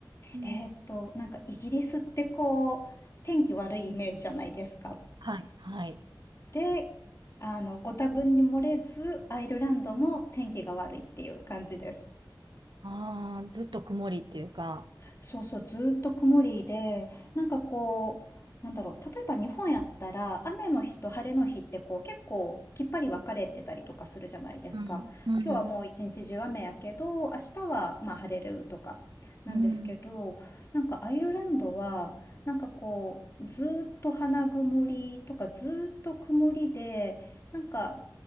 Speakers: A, on the right; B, on the left.
A: うん。
B: えーっと、なんかイギリスってこう、天気悪いイメージじゃないですか。
A: はい、はい。
B: で、あの、ご多分に漏れず、アイルランドも天気が悪いっていう感じです。
A: ああ、ずっと曇りっていうか、
B: そうそう、ずっと曇りで、なんかこう、なんだろう、例えば日本やったら、雨の日と晴れの日ってこう結構きっぱり分かれてたりとかするじゃないですか。
A: うん。うん、
B: 今日はもう一日中雨やけど、明日はまあ晴れるとかなんですけど、
A: うん。
B: なんかアイルランドは、なんかこう、ずっと花曇りとかずっと曇りで、なんか